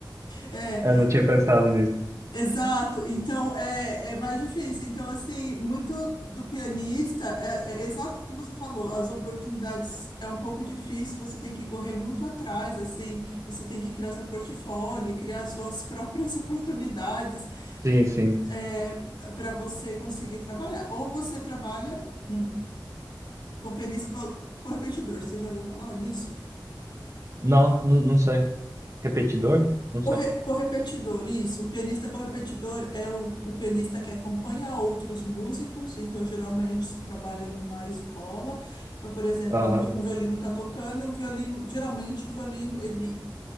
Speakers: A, on the left; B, on the right.
A: É,
B: eu não tinha pensado nisso.
A: Exato, então é, é mais difícil. Então, assim, muito do pianista, é, é exato o que você falou, as oportunidades é um pouco difícil, você tem que correr muito atrás, assim, você tem que criar seu portfólio, criar suas próprias <laughs> oportunidades
B: Sim, sim.
A: é, para você conseguir trabalhar. Ou você trabalha hum, com pianista co- com repetidor, você já ouviu falar nisso?
B: Não, não, não sei. Repetidor? Não
A: Corre-
B: sei.
A: Correpetidor, isso. O pianista correpetidor é o, o pianista que acompanha outros músicos, então geralmente se trabalha numa escola. Então, por exemplo,
B: Aham,
A: um, vi- um violino está tocando e o violino, geralmente o violino, ele